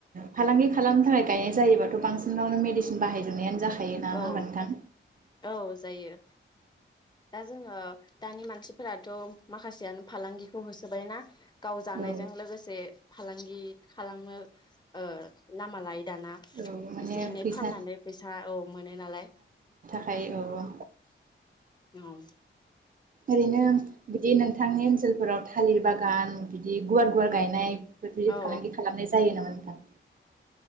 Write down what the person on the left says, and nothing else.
औ औ जायो। दा जोङो दानि मानसि फोरथ' माखासेयानो फालांगिखौ होसोबायना गाव जानायजों
लोगोसे फालांगि खालामनो ओ लामा लायो दाना
एसे एनै
फाननानै फैसा औ मोनो नालाय।
औ।
औ
औ